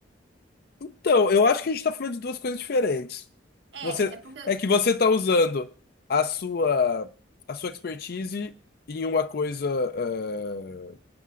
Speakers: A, on the left; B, on the right.
A: Então, eu acho que a gente tá falando de duas coisas diferentes.
B: É,
A: Você.
B: é porque
A: É que você tá usando a sua. A sua expertise em uma coisa. eh,